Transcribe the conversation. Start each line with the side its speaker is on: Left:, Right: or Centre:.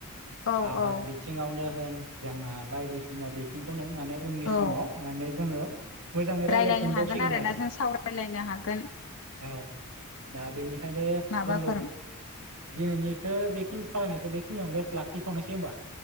Left: औ
Right: आबाद
Left: औ
Right: बिथिङावनो होन जोंहा बायदिसिना बिथिंखौनो माने उननि
Left: औ
Right: समाव माने जोङो मोजाङै रायलायफिनबावसिगोन
Left: रायलायनो हागोन आरोना
Right: आरो
Left: जों सावरायलायनो हागोन।
Right: औ दा बेनिखायनो
Left: माबाफोर
Right: जोङो दिनैनिखौ बेखिनि सावरायनायखो बेखिनियावनो लाखिथ'नोसै होमबा